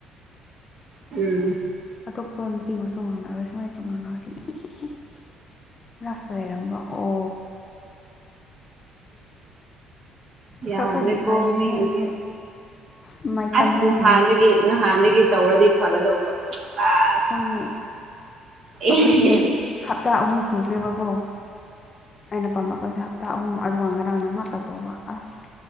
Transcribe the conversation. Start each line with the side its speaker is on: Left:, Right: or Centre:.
Right: ꯎꯝ
Left: ꯑꯇꯣꯞꯄ ꯅꯨꯄꯤꯕꯨꯁꯨ ꯉꯥꯡꯅꯔꯣꯏ ꯁꯨꯝꯃꯥꯏꯅ ꯇꯧꯅꯔꯗꯤ ꯑꯦ <unintelligible> ꯂꯁ ꯂꯩꯔꯝꯕ ꯑꯣ
Right: ꯌꯥꯗ꯭ꯔꯦꯀꯣ
Left: ꯈꯔ ꯈꯔꯗꯤ ꯏꯀꯥꯏꯕꯅꯦ
Right: ꯃꯤꯒꯤꯗꯤ
Left: ꯑꯩꯁꯨ ꯃꯥꯏ ꯀꯟꯃꯟꯕꯒꯤ
Right: ꯑꯁ ꯅꯍꯥꯟꯗꯒꯤ ꯅꯍꯥꯟꯗꯒꯤ ꯇꯧꯔꯗꯤ ꯐꯒꯗꯧꯕ ꯑꯁ
Left: ꯍꯣꯏꯅꯦ
Right: <inaudible>
Left: ꯑꯩꯈꯣꯏꯁꯦ
Right: ꯑꯦ
Left: ꯍꯞꯇꯥ ꯑꯍꯨꯝ ꯁꯨꯈ꯭ꯔꯦꯕꯀꯣ ꯑꯩꯅ ꯄꯥꯝꯔꯛꯄꯁꯦ ꯍꯥꯞꯇ ꯑꯍꯨꯝ ꯑꯗꯨꯒ ꯉꯔꯥꯡꯅ ꯉꯥꯛꯇꯥ ꯇꯧꯕ ꯑꯁ